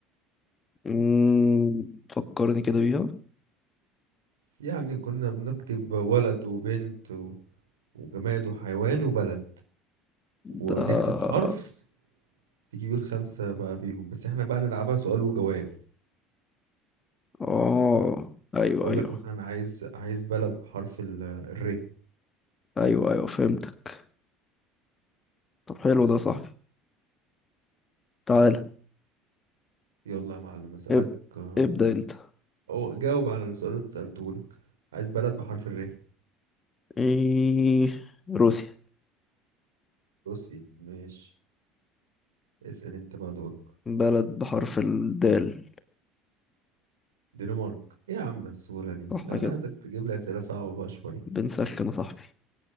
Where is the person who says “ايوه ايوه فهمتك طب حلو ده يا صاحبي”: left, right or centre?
Left